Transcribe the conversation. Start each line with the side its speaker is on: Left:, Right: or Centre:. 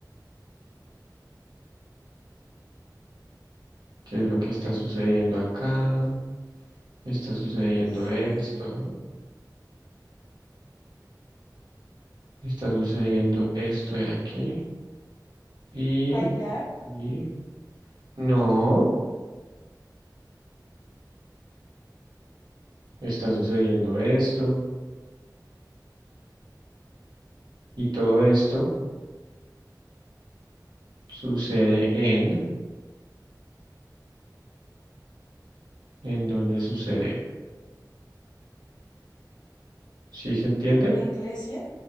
Right: ¿Qué es lo que está sucediendo acá? Está sucediendo
Left: ¿Qué es
Right: esto.
Left: eso?
Right: Está sucediendo esto de aquí. Y,
Left: ¿Bailar
Right: y... No. está sucediendo esto y todo esto sucede en, ¿en dónde sucede? ¿Sí se entiende?
Left: en una iglesia?